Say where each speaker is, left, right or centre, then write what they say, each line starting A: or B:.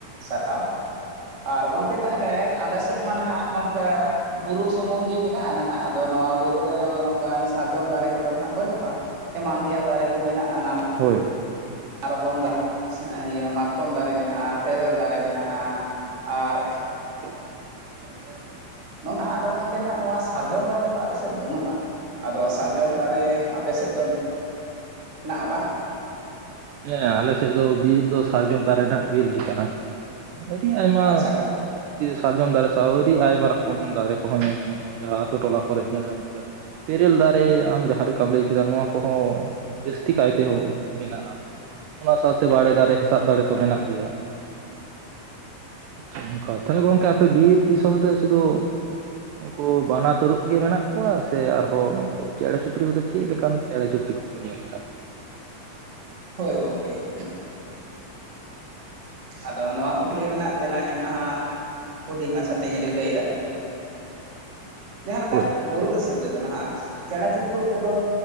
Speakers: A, on the right (about 70°); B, on the right (about 85°).
A: ᱥᱟᱨᱦᱟᱣ ᱾ ᱟᱨ ᱜᱚᱢᱠᱮ ᱛᱟᱦᱟᱞᱮ ᱟᱞᱮ ᱥᱮᱫ ᱢᱟ ᱱᱟᱦᱟᱜ ᱱᱚᱝᱠᱟ ᱵᱩᱨᱩ ᱥᱩᱢᱩᱝ ᱜᱮ ᱢᱮᱱᱟᱜᱼᱟ ᱾ ᱱᱟᱦᱟᱜ ᱟᱫᱚ ᱱᱚᱣᱟ ᱵᱩᱨᱩ ᱨᱮᱫᱚ, ᱱᱚᱝᱠᱟᱱ ᱥᱟᱨᱡᱚᱢ ᱫᱟᱨᱮ ᱠᱚᱫᱚ ᱱᱟᱦᱟᱜ ᱵᱟᱹᱱᱩᱜᱼᱟ ᱾ ᱮᱢᱟᱱ ᱛᱮᱭᱟᱜ ᱫᱟᱨᱮ ᱠᱚ ᱢᱮᱱᱟᱜᱼᱟ ᱱᱟᱱᱟ
B: ᱦᱳᱭ
A: ᱟᱭᱢᱟ ᱨᱚᱠᱚᱢ ᱫᱟᱜ, ᱤᱭᱟᱹ ᱢᱟᱛᱠᱚᱢ ᱫᱟᱨᱮ ᱢᱮᱱᱟᱜᱼᱟ ᱛᱮᱨᱮᱞ ᱫᱟᱨᱮ ᱢᱮᱱᱟᱜᱼᱟ ᱟᱨ
B: <inaudible>
A: ᱱᱚᱝ ᱟᱫᱚ ᱜᱚᱢᱠᱮ ᱦᱟᱜ ᱱᱚᱣᱟ ᱥᱟᱨᱡᱚᱢ ᱫᱟᱨᱮ ᱫᱚ ᱟᱞᱮ ᱥᱮᱫ ᱵᱟᱹᱱᱩᱜᱼᱟ ᱾ ᱟᱫᱚ ᱥᱟᱨᱡᱚᱢ ᱫᱟᱨᱮ ᱟᱯᱮ ᱥᱮᱫ ᱫᱚ ᱢᱮᱱᱟᱜᱼᱟ ᱵᱟᱝ?
B: ᱦᱮᱸ ᱟᱞᱮ ᱥᱮᱫ ᱫᱚ, ᱵᱤᱨ ᱫᱚ ᱥᱟᱨᱡᱚᱢ ᱫᱟᱨᱮ ᱨᱮᱱᱟᱜ ᱵᱤᱨ ᱜᱮ ᱠᱟᱱᱟ ᱾ ᱟᱹᱰᱤ ᱟᱭᱢᱟ
A: ᱟᱪᱪᱷᱟ ᱜᱚᱝᱠᱮ
B: ᱥᱟᱨᱡᱚᱢ ᱫᱟᱨᱮ ᱥᱟᱶ ᱟᱹᱰᱤ ᱟᱭᱢᱟ ᱨᱚᱠᱚᱢ ᱫᱟᱨᱮ ᱠᱚᱦᱚᱸ ᱧᱮᱞ ᱧᱟᱢᱚᱜᱼᱟ ᱾ ᱡᱟᱦᱟᱸ ᱟᱛᱳ ᱴᱚᱞᱟ ᱠᱚᱨᱮ ᱧᱮᱞ ᱧᱟᱢᱚᱜᱼᱟ ᱾ ᱛᱮᱨᱮᱞ ᱫᱟᱨᱮ ᱟᱢ ᱡᱟᱦᱟᱸ ᱞᱮᱠᱟᱢ ᱞᱟᱹᱭ ᱠᱮᱫᱟ ᱱᱚᱣᱟ ᱠᱚᱦᱚᱸ ᱡᱟᱹᱥᱛᱤ ᱠᱟᱭᱛᱮ ᱢᱮᱱᱟᱜᱼᱟ, ᱚᱱᱟ ᱥᱟᱶᱛᱮ ᱵᱟᱲᱮ ᱫᱟᱨᱮ, ᱥᱟᱵ ᱫᱟᱲᱮ ᱫᱚ ᱢᱮᱱᱟᱜ ᱜᱮᱭᱟ ᱾ <unintelligible> ᱛᱷᱟᱨᱮ ᱜᱚᱝᱠᱮ ᱟᱯᱮ ᱵᱤᱨᱫᱤᱥᱚᱢ ᱫᱚ ᱥᱩᱫᱩ, ᱩᱱᱠᱩ ᱵᱟᱱᱟᱨ ᱛᱟᱹᱨᱩᱵ ᱜᱮ ᱢᱮᱱᱟᱜ ᱠᱚᱣᱟ, ᱥᱮ ᱟᱨᱦᱚᱸ ᱱᱩᱠᱩ ᱪᱮᱬᱮ ᱪᱩᱯᱲᱤ ᱠᱚᱫᱚ ᱪᱮᱫᱞ ᱞᱮᱠᱟᱱ ᱪᱮᱬᱮ ᱪᱩᱯᱲᱤ ᱠᱚ? ᱧᱮᱞ <unintelligible>
A: ᱦᱳᱭ ᱜᱚᱢᱠᱮ ᱟᱫᱚ ᱱᱚᱣᱟ ᱠᱩᱠᱞᱤ ᱨᱮᱱᱟᱜ ᱛᱮᱞᱟ ᱮᱢ, ᱱᱟᱦᱟᱜ ᱦᱩᱰᱤᱧ ᱢᱟᱪᱷᱟ ᱛᱮᱧ ᱨᱤᱠᱟᱹᱭᱫᱟ ᱾ ᱡᱟᱸᱦᱟ ᱞᱮᱠᱟ
B: ᱦᱳᱭ
A: ᱵᱩᱨᱩ ᱫᱤᱥᱚᱢ ᱨᱮᱫᱚ, ᱱᱟᱦᱟᱜ ᱪᱮᱬᱮ ᱪᱤᱯᱨᱩᱫ ᱠᱚᱫᱚ